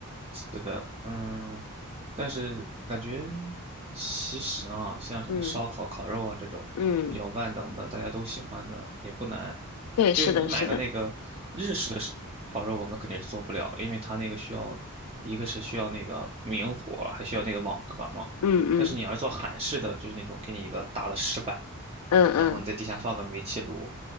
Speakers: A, on the right; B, on the left.
A: 是的，嗯，但是感觉其实啊，像什么烧烤、
B: <laughs> 嗯
A: 烤肉啊这种比较万能的，
B: 嗯，
A: 大家都喜欢的也不难。
B: 对，
A: 就是你买个那个日式的是烤肉，
B: 是的，是的，
A: 我们肯定是做不了，因为它那个需要，一个是需要那个明火，还需要那个网格嘛。
B: 嗯嗯
A: 但是你要是做韩式的，就是那种给你一个大的石板，
B: 嗯嗯，
A: 然后你在底下放个煤气炉，